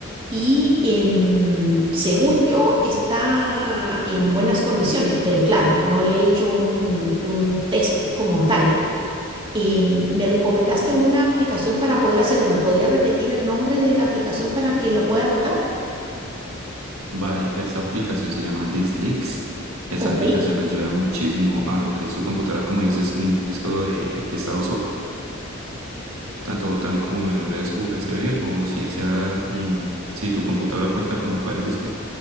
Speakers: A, on the right; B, on the right.
A: y em, según yo está en buenas condiciones, pero claro, no le he hecho un, un test como tal. Eh, me recomendaste una aplicación para poder hacerlo. ¿Me podría repetir el nombre de la aplicación para que lo pueda anotar?
B: Vale, esta aplicación se llama DiskLeaks. Esa
A: Ok,
B: aplicación ayuda muchísimo a lo que es tu computadora, como dices, un disco de, de estado sólido tanto también como memorias USB o si esa, em, si tu computadora cuenta con varios discos,